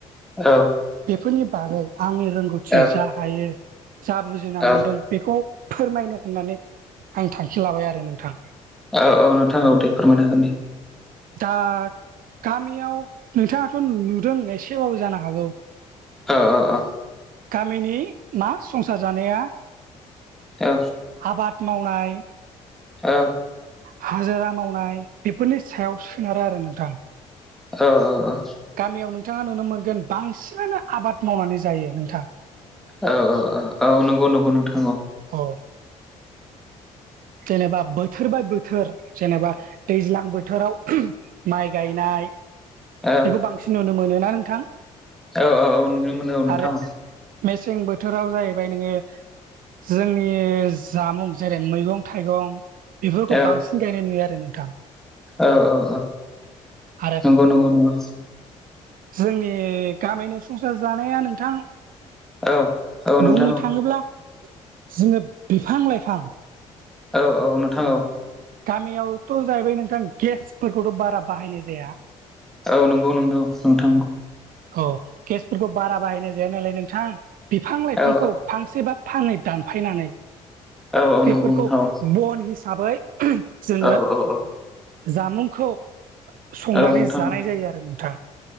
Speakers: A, in the centre; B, on the right.
A: औ
B: बेफोरनि बागै आंनि रोंगौथि
A: औ
B: जा हायो जा बुजिना
A: औ
B: मोनदों बेखौ फोरमायनो होननानै आं थांखि लाबाय आरो नोंथां
A: औ औ नोंथां दे फोरमायनो हागोन दे
B: दा गामियाव नोंथाङाथ' नुदों एसेबाबो जानो हागौ
A: अ अ अ
B: गामिनि ना संसार जानाया
A: औ
B: आबाद मावनाय
A: औ
B: हाजिरा मावनाय बेफोरनि सायाव सोनारो आरो नोंथां
A: औ औ औ
B: गामियाव नोंथाङा नुनो मोनगोन बांसिनानो आबाद मावनानै जायो नोंथाङा
A: औ औ औ औ नंगौ नंगौ नोंथां
B: औ जेनेबा बोथोर बाय बोथोर जेनेबा दैज्लां बोथोराव माइ गायनाय
A: औ
B: बेखौ बांसिन नुनो मोनो ना नोंथां?
A: औ औ औ नुनो मोनो औ नोंथां
B: आरो मेसें बोथोराव जाहैबाय नोङो जोंनि जामुं जेरै मैगं थाइगं बेफोरखौ
A: औ
B: बांसिन गायनाय नुयो आरो नोंथां।
A: औ औ औ
B: आरो
A: नंगौ नंगौ नंगौ
B: जोंनि गामिनि संसार जानाया नोंथां
A: औ औ नोंथां
B: बुंनो थाङोब्ला जोङो बिफां लाइफां
A: औ औ नोंथां औ
B: गामियावथ' जाहैबाय नोंथां गेसफोरखौथ' बारा बाहायनाय जाया
A: औ नंगौ नंगौ नोंथां औ
B: औ केसफोरखौ बारा बाहायनाय जाया नालाय नोंथां बिफां लाइफांखौ
A: औ
B: फांसेबा फाङै दानफायनानै
A: औ औ नंगौ
B: बेफोरखौ
A: नोंथां
B: बन हिसाबै जोङो
A: औ औ
B: जामुंखौ संनानै
A: औ नोंथां
B: जानाय जायो आरो नोंथां।